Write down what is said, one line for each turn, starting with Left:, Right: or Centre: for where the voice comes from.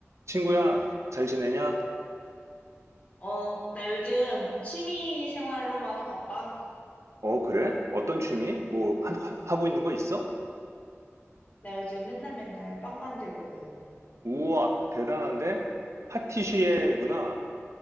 Right: 친구야, 잘 지내냐?
Left: 어, 나 요즘 취미 생활로 많이 바빠.
Right: 어, 그래? 어떤 취미? 뭐, 하- 하고 있는 거 있어?
Left: 나 요즘 맨날 맨날 빵 만들거든.
Right: 우와, 대단한데? 파티시에구나.